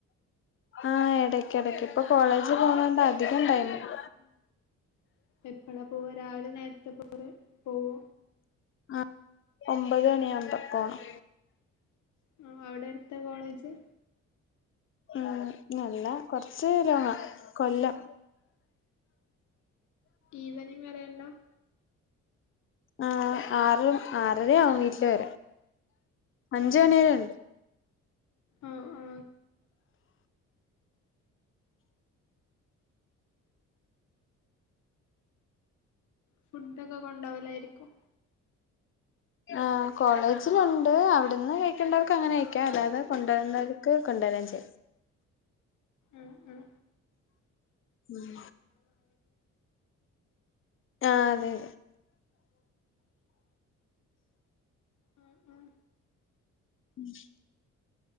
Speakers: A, on the left; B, on the left.
A: ആഹ ഇടക്ക് ഇടക്ക് ഇപ്പൊ കോളേജ് പോണോണ്ട് അധികം ടൈമില്ല
B: എപ്പഴാ പോവ രാവിലെ നേരത്തെ പോര് പോവോ
A: ആ ഒമ്പത് മണി ആവുമ്പ പോണം
B: ആ അവിടെ അടുത്ത കോളേജ്
A: ഉം അല്ല കൊറച്ച് ലോങ്ങ കൊല്ലം
B: ഈവനിംഗ് വറെയുണ്ടോ
A: ആ ആറര ആറരയാവും വീട്ടില് വരാൻ അഞ്ചമണേരം ഉണ്ട്
B: ആഓ ആ ഫുഡക്കെ കൊണ്ടാവലായിരിക്കും
A: ആ കോളേജിലുണ്ട് അവിടുന്ന് കഴിക്കേണ്ടവർക്ക് അങ്ങനെ കയിക്കാം അല്ലാതെ കൊണ്ടുവരണ്ടവർക്ക് കൊണ്ട തുരഞ്ച് <unintelligible>
B: ഉം ഉം
A: ഉം ആ അതെ അതെ
B: ആ ആ
A: ഉം